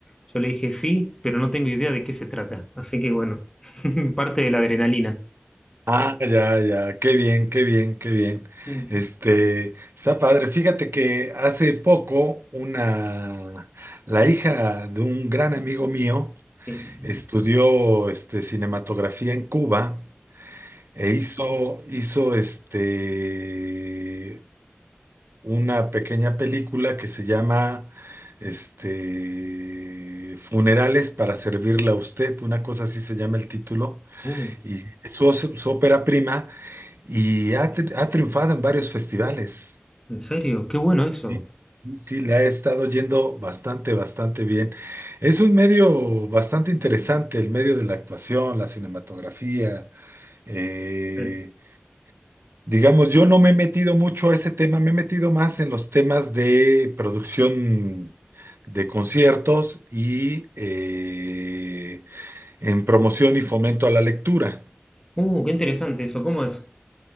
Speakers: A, on the left (about 15°); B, on the right (about 65°).
A: Yo le dije sí, pero no tengo idea de qué se trata. Así que bueno, <laughs> parte de la adrenalina.
B: Ah, ya, ya, qué bien, qué bien, qué bien.
A: Mm,
B: Este, está padre. Fíjate que hace poco una, la hija de un gran amigo mío
A: Sí.
B: estudió este, cinematografía en Cuba e hizo, hizo este, una pequeña película que se llama este, Funerales para servirle a usted, una cosa así se llama el título
A: Uh,
B: y es su, su ópera prima y ha, tri- ha triunfado en varios festivales.
A: ¿en serio? Qué bueno eso.
B: Sí, sí, le ha estado yendo bastante, bastante bien. Es un medio bastante interesante, el medio de la actuación, la cinematografía. eh,
A: Eh,
B: digamos, yo no me he metido mucho a ese tema, me he metido más en los temas de producción de conciertos y eh, en promoción y fomento a la lectura.
A: Uh, qué interesante eso. ¿Cómo es? <laughs>